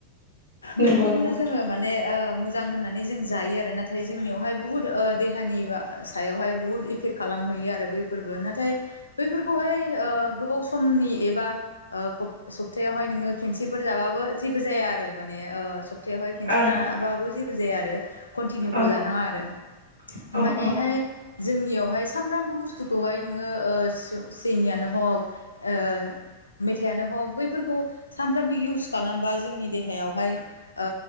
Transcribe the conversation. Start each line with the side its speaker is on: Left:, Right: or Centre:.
Right: नंगौ
Left: बैफोरखौनो
Right: नंगौ
Left: जोङो माने मोजां होननानै जों जायो आरो नाथाय जोंनियावहाय बुहुत देहानि सायावहाय बहुत खालामहैयो आरो बैफोरबो नाथाय बैफोरखौहाय ओ गोबाव समनि एबा सप्तायावहाय नोङो खेनसेफोर जाबाबो जेबो जाया आरो माने थायावहाय खेनसे
Right: ओं
Left: जाबाबो जेबो जाया आरो कनटिनिउल'
Right: औ
Left: जानाङा आरो
Right: औ औ
Left: मानेहाय
Right: ओं
Left: जोंनियावहाय सानफ्रामबो बुस्थुखौहाय नोङो सैमायानो हक ओ मेथाइयानो हग बैफोरखौ सानफ्रामबो इउस खालामबा जोंनि देहायावहाय ओ